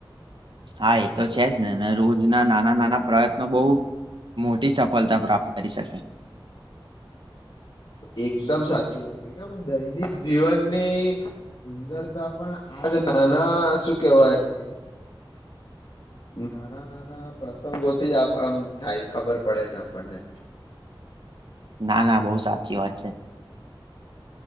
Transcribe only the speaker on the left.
એકદમ સાચી વાત કેમ દૈનિક જીવનની સુંદરતા પણ આજ નાના શું કેહેવાય, નાના નાના પતંગોથી જ આમ થાય ખબર પડે છે, આપણને